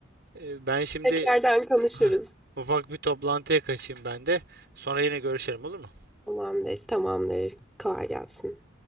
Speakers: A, on the right (about 55°); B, in the centre.
A: E, ben şimdi
B: Tekrardan konuşuruz.
A: Heh, ufak bir toplantıya kaçayım ben de. Sonra yine görüşelim olur mu?
B: Tamamdır, tamamdır. Kolay gelsin.